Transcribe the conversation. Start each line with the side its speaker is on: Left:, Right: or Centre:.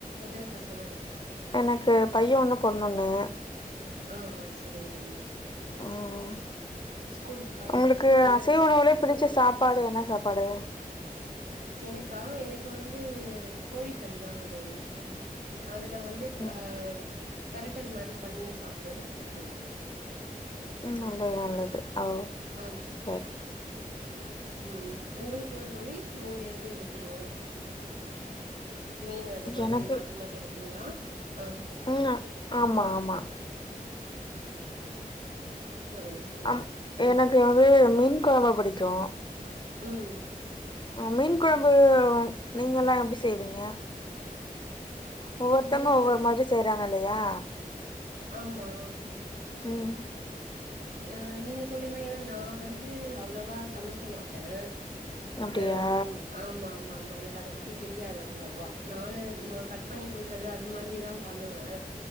Right: எத்தன பசங்க
Left: எனக்கு பையன் ஒன்னு பொண்ணு ஒன்னு
Right: ஓ ஓ செரிங்க தோழி
Left: ம்
Right: ஸ்கூல் ஆ
Left: உங்களுக்கு
Right: ஸ்கூல் என்ன
Left: அசைவ
Right: ஸ்
Left: உணவுலே பிடிச்ச சாப்பாடு என்ன சாப்பாடு
Right: எனக்கா எனக்கு வந்து கோழிக் கறி தா தோழி‌ க அதுல வந்து
Left: ம்
Right: அ பிரட்டல் மாரி பண்ணி சாப்பறது பிடிக்கு
Left: ம் நல்லது நல்லது ஓ
Right: ஆமா
Left: சேர்
Right: ம் உங்களுக்கல்லா தோழி நீங்க எது எடுப்பீங்க மீன் அது மாதிரி
Left: எனக்கு
Right: மாத்தி மாத்தி எடுப்பீங்ளா ஆ
Left: ம் ஆமா ஆமா
Right: சொல்லுங்க சொல்லுங்க
Left: அ
Right: ம்
Left: எனக்கு வந்து மீன் குழம்பு பிடிக்கோ
Right: ம்
Left: மீன் குழம்பு நீங்கல்லா எப்டி செய்வீங்க ஒவ்வொருத்தவங்க
Right: மீன் கொழம்பு
Left: ஒவ்வொரு மாரி செய்யிறாங்க இல்லயா
Right: ஆமா
Left: ம்
Right: அ நீங்க சொல்றீங்களா ஏன்னா நான் வந்து அவ்வளவா சமைக்க மாட்டன்
Left: அப்டியா
Right: அ ஆமா ஆமா ஆமா எனக்கு அத பத்தி தெரியாது அவ்வளவா நானு கட் கட் பண்ணி கொடுக்கறது அது மாதிரிதான் பண்ணுவன்